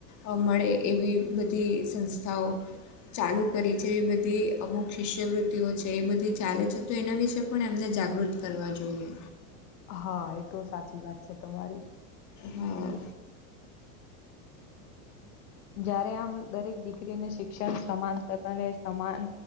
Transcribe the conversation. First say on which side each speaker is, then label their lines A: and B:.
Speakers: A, on the left; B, on the left.
A: અ મળે, એવી બધી સંસ્થાઓ ચાલુ કરી છે, એ બધી અમુક શિષ્યવૃત્તિઓ છે, એ બધી ચાલે છે, તો એના વિશે પણ એમને જાગૃત કરવા જોઈએ.
B: હ, એતો સાચી વાત છે તમારી.
A: હા.
B: જયારે આમ દરેક દીક દીકરીને શિક્ષણ સમાન તક અને સમાન